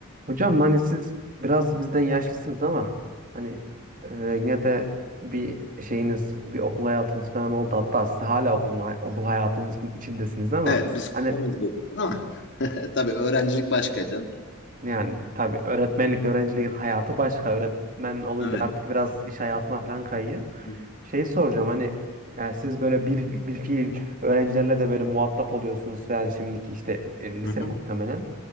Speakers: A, on the right (about 40°); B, on the left (about 55°).
A: Hocam hani siz biraz bizden yaşlısınız ama hani e, yine de bir şeyiniz, bir okul hayatınız falan oldu. Hatta siz hala okul, okul hayatınız içindesiniz ama
B: Evet biz kopamadık
A: hani
B: okuldan ama <laughs> tabii öğrencilik başka can.
A: yani tabii öğretmenlik, öğrencilik hayatı başka. Öğretmen olunca
B: Evet.
A: artık biraz iş hayatına falan kayıyor.
B: Hı hı.
A: Şey soracağım hani e, siz böyle bir, bir fiil öğrencilerle de böyle muhatap oluyorsunuz falan şimdiki işte e, lise
B: Hı hı.
A: muhtemelen.